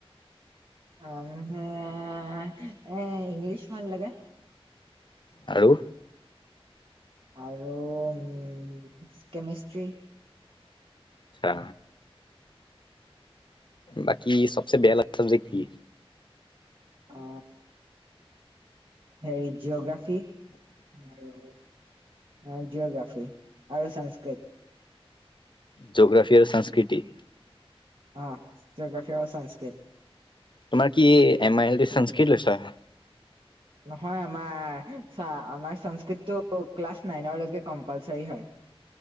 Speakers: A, on the right; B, on the left.
A: অ', এ ইংলিছ ভাল লাগে।
B: আৰু
A: আৰু উম কেমেষ্ট্ৰি।
B: ছা বাকী চবচে বেয়া লগা চব্জেট কি?
A: আ হেৰী জিঅ'গ্ৰাফী আৰু জিঅ'গ্ৰাফি আৰু সংস্কৃত।
B: জগ্ৰাফি আৰু সংস্কৃতি।
A: আ জাগ্ৰাফি আৰু সংস্কৃত
B: তোমাৰ কি এম আই এল টো সংস্কৃত লৈছা।
A: নহয় আমাৰ আমাৰ সংস্কৃতটো ক্লাছ নাইনৰ লৈকে কম্পালচাৰী হয়।